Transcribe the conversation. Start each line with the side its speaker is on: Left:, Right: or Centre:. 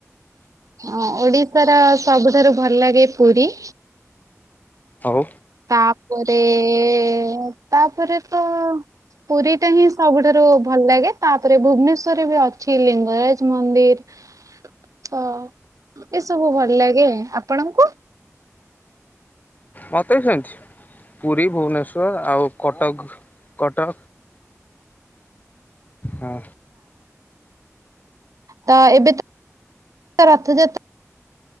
Right: ଓଡ଼ିଶାର ସବୁଠାରୁ ଭଲ ଲାଗେ ପୁରୀ।
Left: ଆଉ,
Right: ତାପରେ- ଏ-ଏ ତାପରେ ତ ପୁରୀ ଟା ହିଁ ସବୁଠାରୁ ଭଲ ଲାଗେ ତାପରେ ଭୁବନେଶ୍ଵରରେ ବି ଅଛି ଲିଙ୍ଗରାଜ ମନ୍ଦିର ତ ଏସବୁ ଭଲ ଲାଗେ। ଆପଣଙ୍କୁ?
Left: ମତେ ବି ସେମତି। ପୁରୀ, ଭୁବନେଶ୍ଵର ଆଉ କଟକ, କଟକ। ହଁ।
Right: ତ ଏବେତ ରଥଯାତ୍